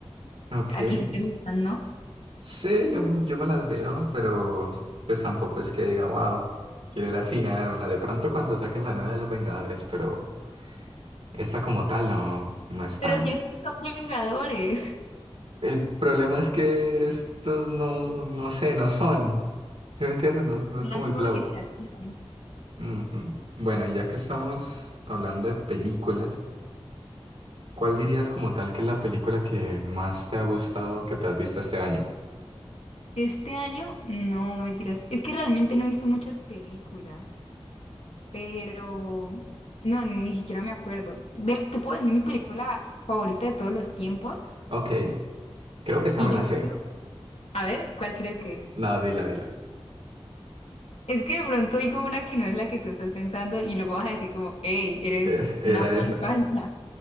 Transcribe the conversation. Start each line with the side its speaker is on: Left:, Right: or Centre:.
Right: Ok.
Left: A ti sí te gustan, ¿no?
Right: Sí, yo, yo me las veo, pero pues tampoco es que diga, wow, quiero ir así a vérmela. De pronto cuando saquen la nueva de los Vengadores, pero esta como tal no, no es tanto.
Left: Pero si estos son Vengadores,
Right: El problema es que estos no, no sé, no son. ¿Se me entiende? No, no
Left: la
Right: es como
Left: nueva
Right: el flow.
Left: generación.
Right: Ujú. Bueno, y ya que estamos hablando de películas, ¿cuál dirías como tal que es la película que más te ha gustado que te has visto este año?
Left: Este año, no, mentiras. Es que realmente no he visto muchas películas, pero no, ni siquiera me acuerdo. De- te puedo decir mi película favorita de todos los tiempos
Right: Ok, creo que esta
Left: y
Right: me
Left: yo
Right: la sé.
Left: digo, a ver, ¿cuál crees que es?
Right: No, dila, dila.
Left: Es que de pronto digo una que no es la que tú estás pensando y luego vas a decir como, hey, eres
Right: Es- era
Left: una fan
Right: esa.
Left: falsa.